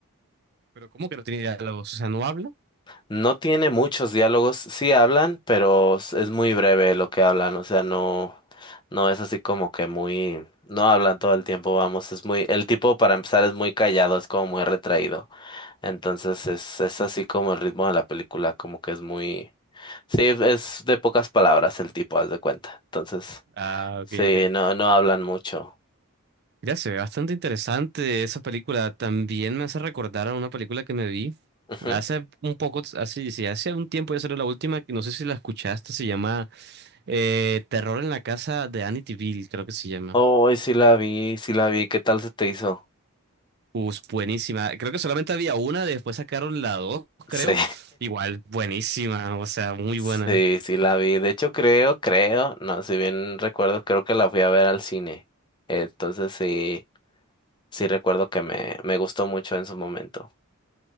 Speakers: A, on the right; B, on the left.
A: Pero ¿cómo que no tiene diálogos? O sea, ¿no habla?
B: No tiene muchos diálogos, sí hablan, pero s- es muy breve lo que hablan, o sea, no, no es así como que muy, no hablan todo el tiempo, vamos, es muy, el tipo para empezar es muy callado, es como muy retraído, entonces es, es así como el ritmo de la película, como que es muy, sí, es de pocas palabras el tipo, haz de cuenta, entonces,
A: Ah, ok,
B: sí,
A: ok.
B: no, no hablan mucho.
A: ya se ve bastante interesante esa película. También me hace recordar a una película que me vi
B: Ujú.
A: hace un poco, hace, sí, hace un tiempo ya salió la última, que no sé si la escuchaste, se llama eh, Terror en la casa de Amityville, creo que se llama.
B: Oh, sí la vi, sí la vi, ¿qué tal se te hizo?
A: Pues buenísima. Creo que solamente había una, después sacaron la dos,
B: sí
A: creo. Igual, buenísima, o sea, muy
B: Sí,
A: buena.
B: sí la vi. De hecho, creo, creo, no, si bien recuerdo, creo que la fui a ver al cine. Entonces sí, sí recuerdo que me, me gustó mucho en su momento.